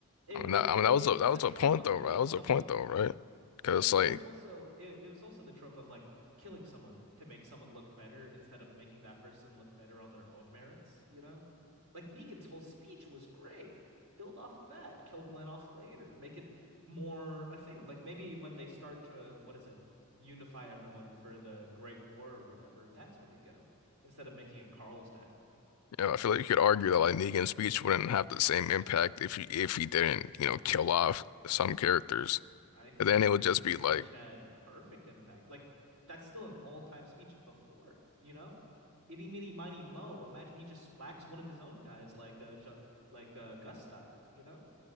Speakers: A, on the right (about 75°); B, on the left (about 85°).
A: It,
B: I mean
A: it
B: that I mean
A: it
B: that was
A: it
B: a
A: was
B: that was
A: a trope
B: a point
A: of
B: though,
A: killing
B: right? That was
A: someone
B: a point though, right? Because
A: but it
B: like
A: was also it, it was also the trope of like killing someone to make someone look better instead of making that person look better on their own merits, you know? Like Negan's whole speech was great. Build off of that, kill Glenn off later, make it more a thing. Like maybe when they start to what is it? Unify everyone for the Great War or whatever, that's when you get him instead of making it Carl's death.
B: you know, I feel like you could argue that like Negan's speech wouldn't have the same impact if he if he didn't you know kill off some characters.
A: I think
B: And then it
A: Negan's
B: would just be
A: speech
B: like,
A: had perfect impact. Like that's still an all-time speech before it, you know? Itty meeny miny mo. Imagine he just whacks one of his own guys like uh Jo- like uh Gus style, you know?